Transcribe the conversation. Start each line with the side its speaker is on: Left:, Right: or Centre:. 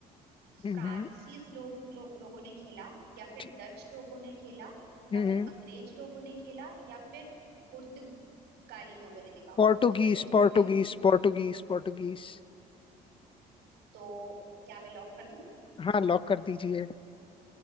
Left: है।
Right: फ्रांसीस
Left: हम्म हम्म
Right: लोग लो, लोगों ने खेला या फिर
Left: ठीक
Right: डच लोगों ने खेला
Left: हम्म
Right: या फिर
Left: हम्म।
Right: अंग्रेज लोगों ने खेला या फिर पुर्तगाली लोगों ने देखा
Left: Portuguese
Right: पुर्तगाली जो होते
Left: Portuguese
Right: हैं
Left: Portuguese Portuguese
Right: तो क्या मैं लॉक कर दूं
Left: हाँ लॉक कर दीजिए